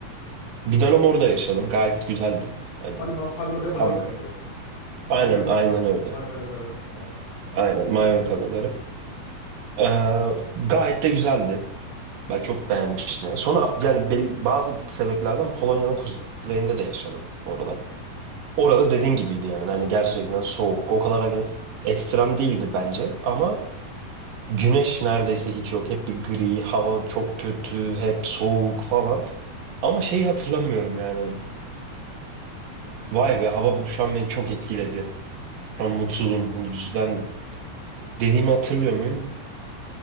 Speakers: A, on the right; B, on the left.
A: Bir dönem orada yaşadım. Gayet güzeldi. Hani
B: Palma, Palma de Mallorca
A: tam
B: mıydı? Palma
A: aynen
B: de Ma-
A: aynen
B: Pal-
A: öyle.
B: Palma de Mallorca tamam.
A: Aynen Mallorca adaları. Ee, gayet de güzeldi. Ben çok beğenmiştim. yani. Sonra yani bel- bazı sebeplerden Polonya'nın kuzeyinde de yaşadım bu arada. Orada dediğin gibiydi yani. Hani gerçekten soğuk. O kadar hani ekstrem değildi bence. Ama güneş neredeyse hiç yok. Hep bir gri, hava çok kötü, hep soğuk falan. Ama şeyi hatırlamıyorum yani. Vay be hava bu- şu an beni çok etkiledi. Şu an mutsuzum. Bu yüzden dediğimi hatırlıyor muyum?